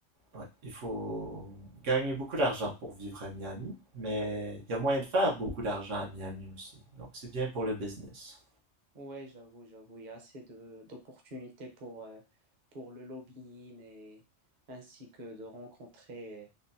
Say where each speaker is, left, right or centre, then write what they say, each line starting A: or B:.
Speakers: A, on the right (about 80°); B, on the right (about 45°).
A: ouais, il faut gagner beaucoup d'argent pour vivre à Miami, mais il y a moyen de faire beaucoup d'argent à Miami aussi. Donc, c'est bien pour le business.
B: Ouais, j'avoue, j'avoue, il y a assez de d'opportunités pour, euh, pour le lobbying et ainsi que de rencontrer